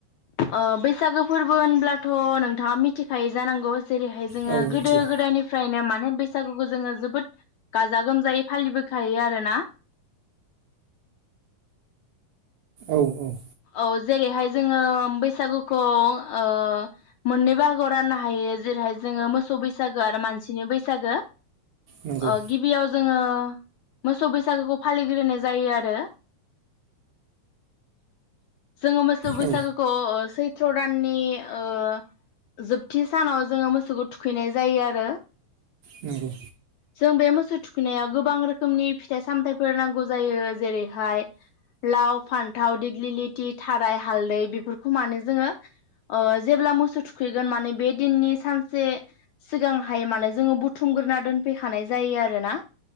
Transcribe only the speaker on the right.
औ
मिथियो
औ औ।
नंगौ
औ
नंगौ